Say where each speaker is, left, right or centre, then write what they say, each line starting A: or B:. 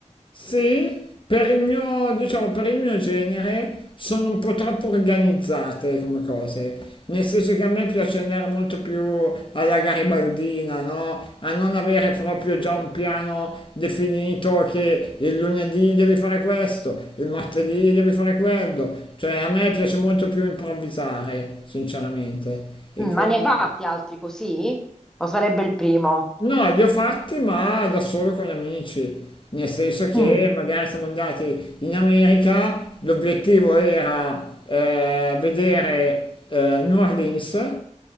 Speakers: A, on the left; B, in the centre.
A: sì, per il mio, diciamo, per il mio genere sono un po' troppo organizzate come cose. Nel senso che a me piace andare molto più alla garibaldina, no? A non avere proprio già un piano definito che il lunedì devi fare questo, il martedì devi fare quello. Cioè, a me piace molto più improvvisare, sinceramente. E
B: Mm,
A: quindi...
B: ma ne hai fatti altri così? O sarebbe il primo?
A: No, li ho fatti ma da solo con amici, nel senso che
B: Mm.
A: magari siamo andati in America, l'obiettivo era eh, vedere eh, New Orleans